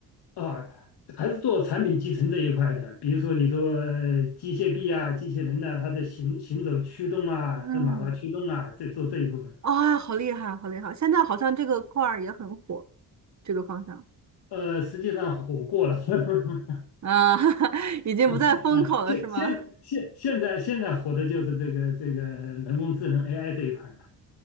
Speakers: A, on the left (about 65°); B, on the right (about 40°).
A: 呃啊，还是做产品集成这一块的，比如说你做呃机械臂啊、机器人的、它的行行走驱动啊、
B: 嗯，
A: 这马达驱动啊，这做这一部分。
B: 啊、好厉害，好厉害！现在好像这个块儿也很火，这个方向
A: 呃，实际上火过了，<laughs>
B: 啊，<laughs> 已经不在风口了，
A: 啊现现现现在现在火的就是这个这个人工智能
B: 是吗？
A: AI 这一块嘛。